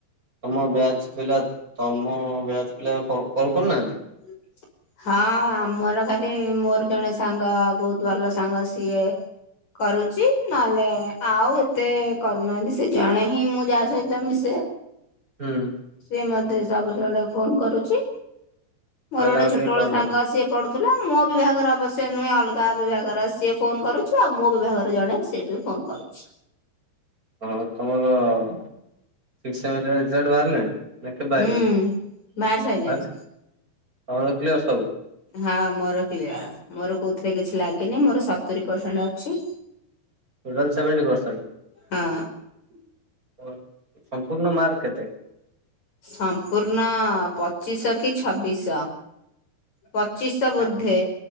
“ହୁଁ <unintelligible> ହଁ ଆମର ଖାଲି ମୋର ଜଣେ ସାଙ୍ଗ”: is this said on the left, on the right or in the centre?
Left